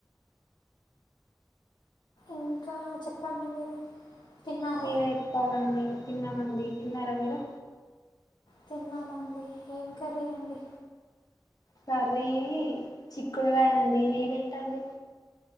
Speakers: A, on the left; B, on the left.
A: ఇంకా చెప్పండి మీరు తిన్నారా
B: మీరే ఏప్పాలండి తిన్నమండి తిన్నారా మీరు
A: తిన్నామండి ఏం కర్రీ అండి
B: కర్రీ చిక్కుడుకాయ అండి మీది ఏటండి